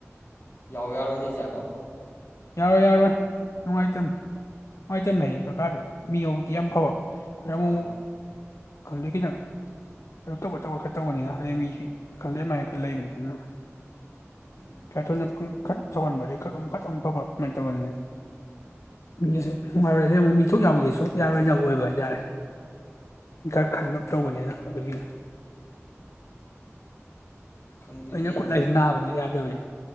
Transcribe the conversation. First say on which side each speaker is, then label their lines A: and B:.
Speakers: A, on the left; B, on the left.
A: ꯌꯥꯎ ꯌꯥꯔꯣꯏꯗꯣꯏ ꯖꯠꯂꯣ
B: ꯌꯥꯔꯣꯏ ꯌꯥꯔꯣꯏ ꯅꯨꯡꯉꯥꯏꯇꯝꯅꯦ ꯅꯨꯡꯉꯥꯏꯇꯝꯃꯦ ꯍꯥꯏꯗꯤ ꯀꯀꯥꯗꯣ ꯃꯤ ꯌꯧꯗꯤ
A: ꯑꯥ
B: ꯌꯥꯝ ꯐꯕ ꯈꯔ ꯑꯃꯨꯛ
A: ꯑꯥ
B: ꯃꯨꯛ ꯈꯪꯗꯦ ꯈꯤꯇꯪ ꯑꯗꯨ ꯇꯧꯕ ꯇꯧꯕ ꯈꯔ ꯇꯧꯕꯅꯤꯅ ꯑꯗꯩ ꯃꯤꯁꯤ ꯈꯪꯗꯦ ꯑꯃꯥꯏꯅ ꯈꯔ ꯂꯩꯕꯅꯤ ꯑꯗꯨꯅ
A: ꯎꯝ
B: ꯈꯔ ꯊꯣꯏꯅ ꯐꯪ ꯈꯔ ꯊꯧꯍꯟꯕꯗꯤ ꯈꯔ ꯃꯨꯛ ꯐꯠ ꯑꯃꯨꯛ ꯈꯣꯠꯄ ꯑꯗꯨꯃꯥꯏꯅ ꯇꯧꯕꯅꯤꯅ ꯃꯤꯁꯨ ꯅꯨꯡꯉꯥꯏꯔꯣꯏ ꯑꯗꯩ ꯑꯃꯨꯛ ꯃꯤ ꯊꯣꯛ ꯌꯥꯎꯒꯦꯁꯨ ꯌꯥꯔꯣꯏꯗꯕ ꯑꯣꯏꯕ ꯍꯥꯏꯇꯥꯔꯦ ꯈꯔ ꯈꯟꯂꯞ ꯇꯧꯕꯅꯤꯅ ꯑꯗꯨꯒꯤ
A: ꯈꯪꯗꯦꯅꯦ
B: ꯑꯩꯅ
A: ꯑꯩꯁꯦ
B: ꯈꯨꯠꯂꯥꯏꯁꯤ ꯅꯥꯕꯅꯤ ꯌꯥꯗꯕꯩꯅꯤ